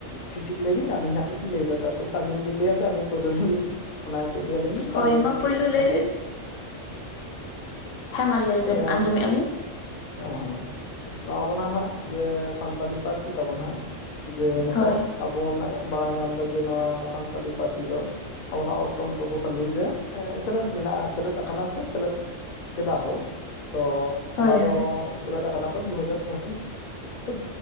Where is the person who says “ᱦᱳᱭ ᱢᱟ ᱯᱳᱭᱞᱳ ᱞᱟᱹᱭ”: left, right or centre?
Left